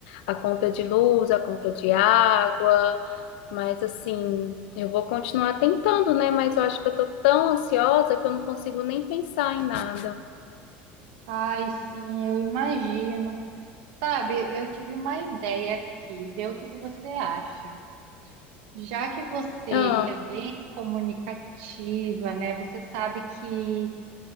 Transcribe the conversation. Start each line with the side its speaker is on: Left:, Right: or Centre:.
Left: a conta de luz, a conta de água, mas assim, eu vou continuar tentando, né? Mas eu acho que eu tô tão ansiosa que eu não consigo nem pensar em nada.
Right: Ai, sim, eu imagino. Sabe, eu tive uma ideia aqui, ver o que que você acha. Já que você
Left: Ah,
Right: é bem comunicativa, né? Você sabe que